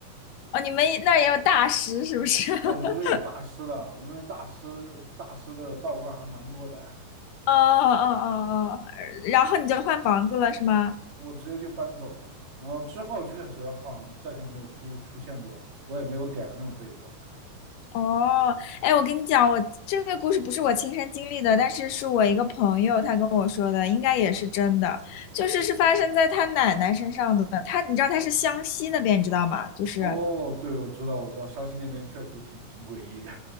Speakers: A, on the left; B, on the right.
A: 哦，你们那儿也有大师是不是？
B: 对，我们这边有大师的，
A: <laughs>
B: 我们这边大师大师的道观还蛮多的，
A: 哦哦哦哦，呃然后你就换房子了是吗？
B: 我直接就搬走了。然后之后确实好像再就没有出出现过，我也没有点儿那么背过。
A: 哦，哎，我跟你讲，我这个故事不是我亲身经历的，但是是我一个朋友他跟我说的，应该也是真的，就是是发生在他奶奶身上的。他，你知道他是湘西那边，你知道吗？就是
B: 哦，对，我知道，我知道，消息那边确实挺挺诡异的。